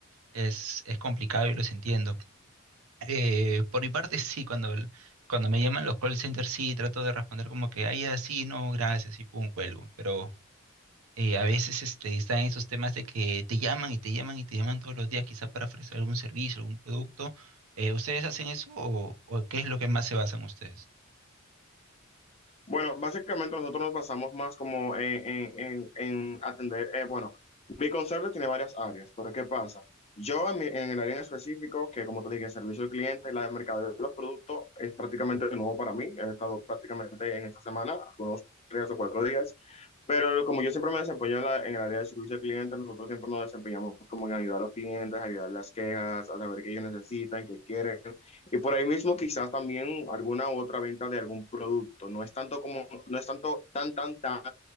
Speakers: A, on the right; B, on the left.
A: Es, es complicado y los entiendo. Eh, por mi parte, sí, cuando, el- cuando me llaman los call centers, sí, trato de responder como que, ay, así, no, gracias, y pum, cuelgo. Pero eh, a veces este, están esos temas de que te llaman y te llaman y te llaman todos los días, quizá para ofrecer algún servicio, algún producto. Eh, ¿ustedes hacen eso o, o qué es lo que más se basan ustedes?
B: Bueno, básicamente nosotros nos basamos más como en, en- en- en atender, eh, bueno, mi conserje tiene varias áreas, pero ¿qué pasa? Yo en, mi- en el área en específico, que como te dije, servicio al cliente, la de mercadeo de los productos, es prácticamente nuevo para mí. He estado prácticamente en esta semana, algunos tres o cuatro días, pero como yo siempre me desempeño en, la- en el área de servicio al cliente, nosotros siempre nos desempeñamos como en ayudar a los clientes, ayudar las quejas, a saber qué ellos necesitan, qué quieren. Y por ahí mismo quizás también alguna otra venta de algún producto. No es tanto como, no es tanto tan, tan, tan